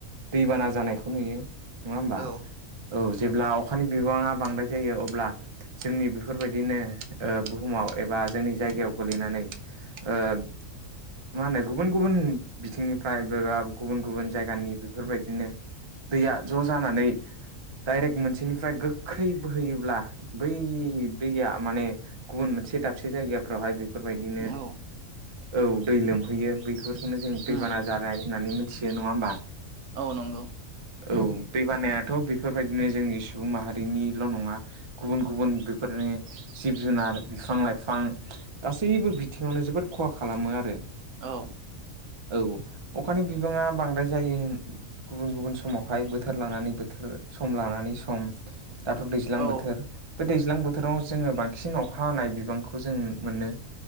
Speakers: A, on the right; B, on the right.
A: दैबाना जानायखौ नुयो। नङा होमबा
B: औ
A: औ जेब्ला अखानि बिबाङा बांद्राय जायो अब्ला जोंनि बेफोरबायदिनो बुहुमाव एबा जोंनि जायगायाव गोलैनानै ओ <unintelligible> मा होनो गुबुन गुबुन बिथिंनिफ्राय बेबा गुबुन गुबुन जायगानि बेफोरबायदिनो दैया ज' जानानै डाइरेक्ट मोनसेनिफ्राय गोख्रै बोहोयोब्ला बै दैया माने गुब मोनसे दसे जायगायाव समावहाय बेफोरबायदिनो
B: औ
A: औ दै लोमहैयो बेफोरखौनो जों दैबाना
B: उम
A: जानाय होननानै मिथियो नङा होमबा?
B: औ नंगौ।
A: औ दै बानायाथ' बेफोरबायदिनो जोंनि सुबुं माहारि निल' नङा गुबुन गुबुन बेफोरनि जिब जुनार बिफां लाइफां, गासैबो बिथिङावनो जोबोद खहा खालामो आरो।
B: औ।
A: औ अखानि बिबाङा बांद्राय जायो गुबुन गुबुन समावहाय बोथोर लानानै बोथोर सम लानानै सम दाथ' दैज्लां
B: औ
A: बोथोर, बे दैज्लां बोथोराव जोङो बांसिन अ बिबांखौ जों मोनो